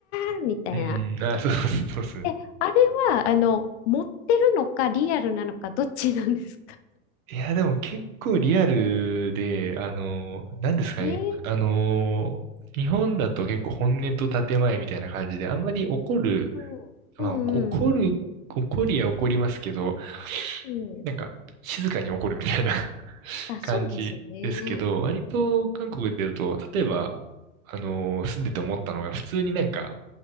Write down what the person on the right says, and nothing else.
うん、あー、そうそうそうですね。
いや、でも結構リアルで、あのー、なんですかね。
あのー、日本だと結構本音と建前みたいな感じで、あんまり怒る、
まあ、怒る、
怒りは怒りますけど、
なんか、静かに怒るみたいな <laughs>
感じですけど、
割と韓国でだと、例えば、あのー住んでて思ったのが、普通になんか、